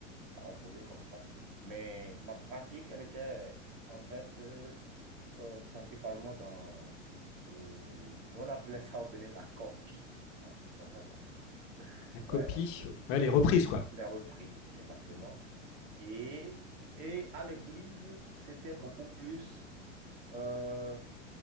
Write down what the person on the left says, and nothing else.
La copie,
ouais, les reprises, quoi.